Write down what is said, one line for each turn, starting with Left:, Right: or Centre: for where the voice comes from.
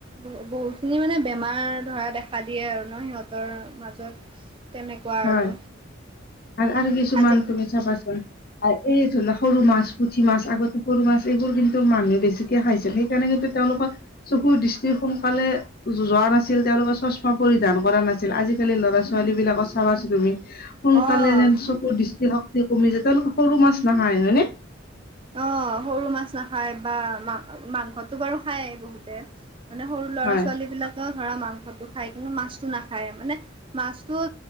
Right: ব' বহুতখিনি মানে, বেমাৰ ধৰা, দেখা দিয়ে আৰু ন' সিহঁতৰ মাজত? তেনেকুৱা
Left: হয়
Right: আৰু।
Left: আৰু আৰু কিছুমান
Right: আজি
Left: তুমি চাবাচোন? এই ধৰি লোৱা, সৰু মাছ, পুঠি মাছ, আগতে সৰু মাছ, এইবোৰ কিন্তু, মানুহে বেছিকে খাইছিল। সেই তেনেকে, তেওঁলোকৰ চকুৰ দৃষ্টি সোনকালে যোৱা নাছিল। তেওঁলোকে চশমা পৰিধান কৰা নাছিল। আজিকালি, ল'ৰা- ছোৱালী বিলাক চাবাচান তুমি? সোনকালে
Right: অ
Left: যেন,
Right: অ
Left: চকুৰ দৃষ্টিশক্তি কমি যায়। তেওঁলোকে সৰু মাছ নাখায়, হয় নে?
Right: অ'! সৰু মাছ নাখায় বা মা, মাংসো বাৰু খায় বহুতে। মানে, সৰু ল'ৰা-ছোৱালী
Left: হয়
Right: বিলাকেও, ধৰা মাংসটো খায়, কিন্তু মাছটো নাখায়। মানে, মাছটো